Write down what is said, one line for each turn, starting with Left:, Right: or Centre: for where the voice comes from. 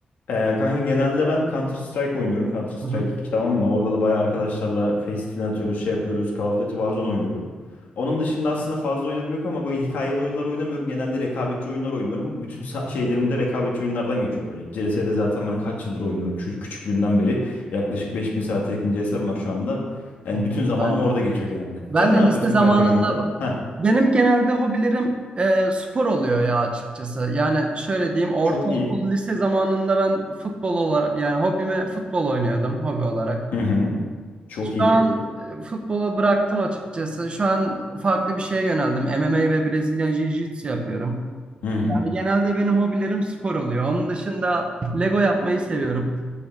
Left: Ee, kanka genelde ben Counter Strike oynuyorum. Counter Strike
Right: Hı hı.
Left: iki tamam mı? Orada da bayağı arkadaşlarla face filan atıyoruz, şey yapıyoruz. Call of Duty Warzone oynuyorum. Onun dışında aslında fazla oynadım yok ama böyle hikayeli oyunlar oynamıyorum. Genelde rekabetçi oyunlar oynuyorum. Bütün sa- şeylerim de rekabetçi oyunlardan geçiyor böyle. CS'de zaten ben kaç yıldır oynuyorum Çü- küçüklüğümden beri. Yaklaşık 5000 saate yakın CS'm var şu anda. Yani
Right: <laughs>
Left: bütün
Right: Bayağı
Left: zamanım orada
Right: doğru.
Left: geçiyor genelde.
Right: Ben
Left: Sen
Right: de
Left: ne yapıyorsun
Right: lise zamanında
Left: kanka genelde? Heh,
Right: benim genelde hobilerim e, spor oluyor ya açıkçası. Yani şöyle diyeyim ortaokul
Left: çok iyi.
Right: lise zamanında ben futbol olarak yani hobime futbol oynuyordum hobi olarak.
Left: Hı hı. Çok
Right: Şu
Left: iyi.
Right: an e, futbolu bıraktım açıkçası. Şu an farklı bir şeye yöneldim. MMA ve Brezilya Jiu-Jitsu yapıyorum.
Left: Hı hı.
Right: Yani genelde benim hobilerim spor oluyor. Onun dışında Lego yapmayı seviyorum.